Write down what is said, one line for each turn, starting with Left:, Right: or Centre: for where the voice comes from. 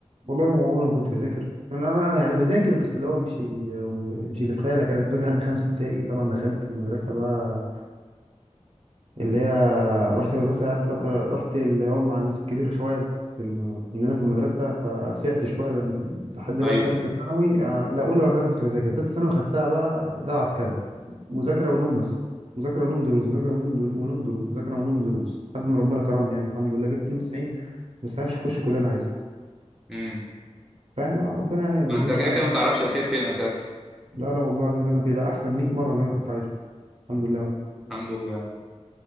Right: والله ما عمري ما كنت بذاكر انا أنا يعني بذاكر بس اللي هو مش ال... مش اللي في خيالك انا كنت بذاكر لحد خمسه ابتدائي طبعا دخلت المدرسه بقى اللي هي رحت مدرسة يعني طب رحت اللي هو مع الناس الكبيرة شوية في الم... كلنا في المدرسة فسعت شوية لأن- لحد
Centre: ايوه
Right: بقى تالتة ثانوي آه، لا أولى ولا ثانوي كنت بذاكر تالتة ثانوي خدتها بقى زي العسكري مذاكرة ونوم بس مذاكرة ونوم دروس مذاكرة ونوم دروس ونوم دروس مذاكرة ونوم دروس لحد ما ربنا كرمني يعني الحمد لله جبت 92 بس عارفش أخش كلية أنا عايزها
Centre: امم
Right: فاهم اه ربنا يعني ما بيظلمش
Centre: ما انت كده
Right: حد
Centre: كده ما تعرفش الخير فين اساسا
Right: لا لا والله العظيم اللي أنا فيه ده أحسن 100 مرة من اللي أنا كنت عايزه الحمد لله يا عم
Centre: الحمد لله